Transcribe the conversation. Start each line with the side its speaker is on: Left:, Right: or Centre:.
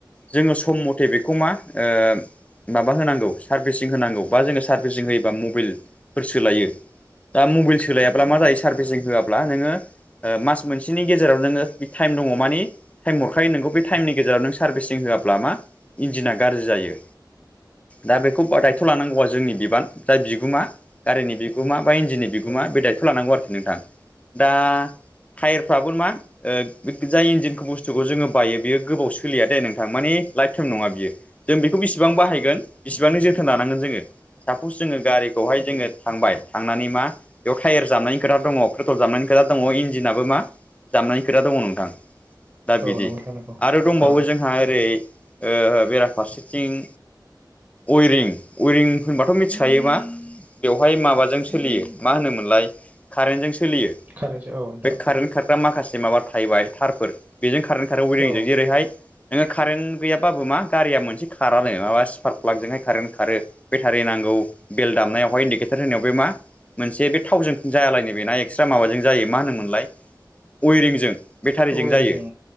Left: जोङो सम मथे बेखौ मा ओ माबा होनांगौ सार्भिसिं होनांगौ बा जोङो सार्भिसिं होयोबा मबाइलफोर सोलायो। दा मबाइल सोलायाब्ला मा जायो सार्भिसिं होआब्ला नोङो ओ मास मोनसेनि गेजेराव नोङो बे टाइम दङ मानि टाइम हरखायो नोंगौ बे टाइमनि गेजेराव नों सार्भिसिं होआब्ला मा इन्जिना गाज्रि जायो। दा बेखौ दायथ' लानांगौआ जोंनि बिबान दा बिगोमा गारिनि बिगुमा बा इन्जिनि बि गुमा बे दायथ' लानांगौ आरोखि नोंथां। दा टायेरफ्राबो मा ओ जाय इन्जिनखौ बुस्थुखौ जोङो बायो बेयो गोबाव सोलिया दे नोंथां माने लाइफ टाइम नङा बियो। जों बेखौ बेसिबां बाहायगोन बेसिबांनि जोथोन लानांगोन जोङो। सापस जोङो गारिखौहाय जोङो थांबाय थांनानै मा बेयाव टायार जाबनायनि खोथा दङ पेट्रल जाबनायनि खोथा दङ इन्जिनाबो मा जामनायनि खोथा दङ नोंथां। दा बिदि,
Right: नंगौ नोंथां नंगौ
Left: आरो दंबावो
Right: औ
Left: जोंहा ओरै ओ बेरा फारसेथिं विरिं, विरिं होनबाथ' मिथिखायो मा बेवहाय माबाजों सोलियो। मा होनोमोनलाय कारेन्टजों सोलियो
Right: कारेन्टसो औ नोंथां
Left: बे कारेन्ट खा <unintelligible> माखासे माबा थाहबाय थारफोर बेजों खारो खारो
Right: औ
Left: जेरैहाय नोङो कारेन्ट गैयाबाबो मा गारिया मोनसे खारानो माबा स्पार्क प्लाकजोंहाय कारेन्ट खारो। बेटारि नांगौ बेल दामनायावहाय इन्डिकेटार होनायाव बे मा मोनसे बे थावजों जायालाय नै बेना एक्सट्रा माबाजों जायो मा होनोमोनलाय वेरिंजों बेटारिजों
Right: ओरैजों
Left: जायो